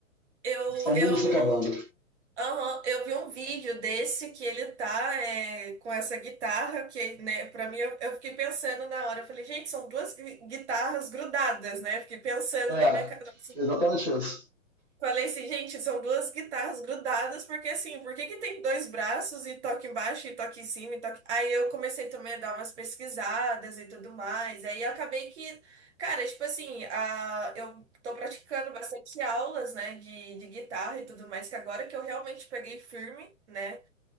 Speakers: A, on the right (about 55°); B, in the centre.
A: Eu,
B: é o
A: eu,
B: mundo se acabando.
A: aham, eu vi um vídeo desse que ele tá é, com essa guitarra que, né, pra mim, eu, eu fiquei pensando na hora, eu falei, gente, são duas gui- guitarras grudadas, né? Eu Fiquei pensando
B: É,
A: na minha cabeça,
B: exatamente isso.
A: Falei assim, gente, são duas guitarras grudadas, porque assim, por que que tem dois braços e toque embaixo e toque em cima e toque... Aí eu comecei também a dar umas pesquisadas e tudo mais. Aí eu acabei que, cara, tipo assim, a... eu tô praticando bastante aulas, né, de, de guitarra e tudo mais, que agora que eu realmente peguei firme, né?